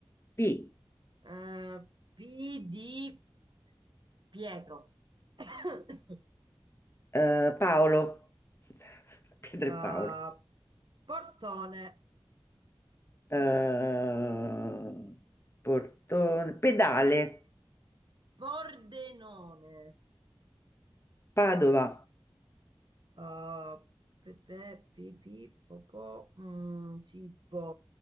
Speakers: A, on the left; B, on the right.
A: P,
B: eh, P di Pietro. <coughs>
A: eh, Paolo. <laughs> Pietro
B: Eh,
A: e Paolo.
B: Portone,
A: Eh, portone, pedale,
B: Pordenone.
A: Padova,
B: Uh, pepe, pipì, popò, mm, cibo,